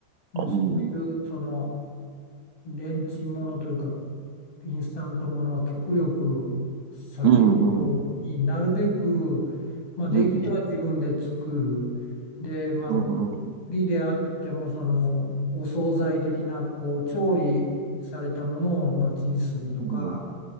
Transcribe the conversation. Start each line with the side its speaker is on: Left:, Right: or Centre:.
Left: もうそういう、
Right: うん、
Left: その、レンチンものというか、インスタントものは極力避けるように、
Right: うん、うん、
Left: なるべく、まあ、できれば自分で作る。
Right: うん、うん、
Left: で、まあ、
Right: うん、
Left: 売りであっても、その、お惣菜的な、こう、調理されたものを、まあ、チンするとか、
Right: うん、